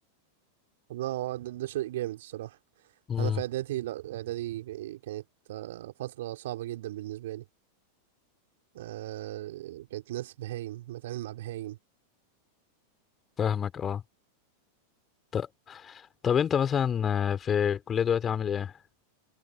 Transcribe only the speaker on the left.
امم
فاهمك اه ط- طب انت مثلا آه، في الكلية دلوقتي عامل ايه